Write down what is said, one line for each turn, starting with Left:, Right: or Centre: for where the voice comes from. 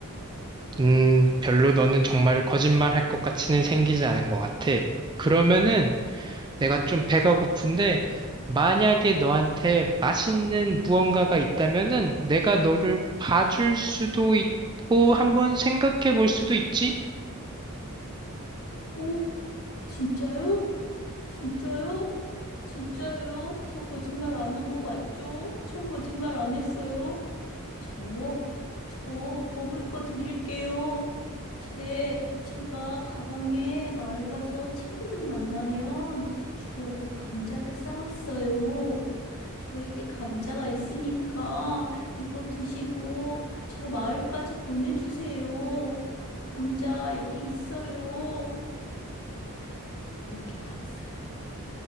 Right: 음, 별로 너는 정말 거짓말 할 것 같이는 생기지 않은 것 같아. 그러면은 내가 좀 배가 고픈데 만약에 너한테 맛있는 무언가가 있다면은 내가 너를 봐줄 수도 있고 한번 생각해 볼 수도 있지?
Left: 오, 진짜요? 진짜요? 진짜예요? 저 거짓말 안 한 거 맞죠? 저 거짓말 안 했어요? 저, 저 먹을 거 드릴게요. 제, 제가 가방에 마을 가서 친구들 만나면 주려고 감자를 싸왔어요. 저에게 감자가 있으니까 이거 드시고 저 마을까지 보내주세요. 감자 여기 있어요. 이렇게 말했어요.